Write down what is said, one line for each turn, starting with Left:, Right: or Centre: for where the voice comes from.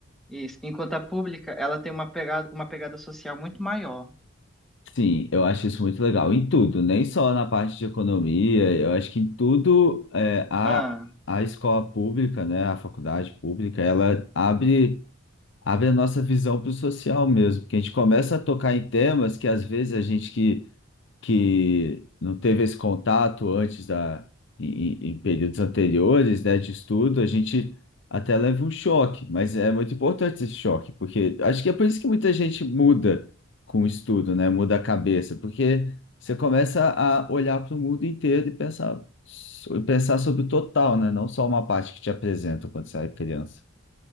Centre: isso, enquanto a pública, ela tem uma pegada, uma pegada social muito maior.
Left: Sim, eu acho isso muito legal. Em tudo, nem só na parte de economia, eu acho que em tudo é, a,
Centre: Ah,
Left: a escola pública, né, a faculdade pública, ela abre. abre a nossa visão para o social mesmo, porque a gente começa a tocar em temas que às vezes a gente que, que não teve esse contato antes da em, em- em períodos anteriores, né, de estudo, a gente até leva um choque, mas é muito importante esse choque, porque acho que é por isso que muita gente muda com o estudo, né, muda a cabeça, porque você começa a olhar para o mundo inteiro e pensar so, e pensar sobre o total, né, não só uma parte que te apresentam quando você é criança.